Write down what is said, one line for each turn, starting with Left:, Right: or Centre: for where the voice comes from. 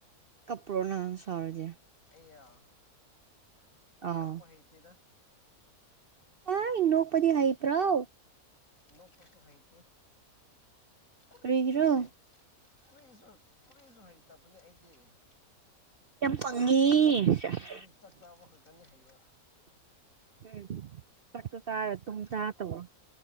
Right: ꯀꯞꯄ꯭ꯔꯣ ꯅꯪ ꯁꯥꯎꯔꯗꯤ
Left: ꯑꯩꯔꫭ ꯑꯩ
Right: ꯑꯥꯎ
Left: ꯀꯞꯄ ꯍꯩꯇꯦꯗ
Right: ꯑꫭꯏ ꯅꫭꯛꯄꯗꯤ ꯍꯩꯕꯔꫭ
Left: ꯅꫭꯛꯄꯁꯨ ꯍꯩꯇꯦ ꯀꯔꯤꯁꯨ
Right: ꯀꯔꯤꯒꯤꯔꯣ
Left: ꯍꯩ ꯀꯔꯤꯁꯨ ꯀꯔꯤꯁꯨ ꯍꯩꯇꯕꯅꯦ ꯑꯩꯗꯤ ꯑꯩ
Right: ꯌꯥꯝ ꯄꯪꯉꯦ ꯁꯦꯁ
Left: ꯑꯩꯗꯤ ꯆꯥꯛ ꯆꯥꯕ ꯈꯛꯇꯅꯦ ꯍꯩꯕ
Right: ꯎꯝ ꯆꯥꯛꯁꯨ ꯆꯥꯔ
Left: ꯆꯥꯛ
Right: ꯇꯨꯝ ꯆꯥ ꯇꯧꯋꫭ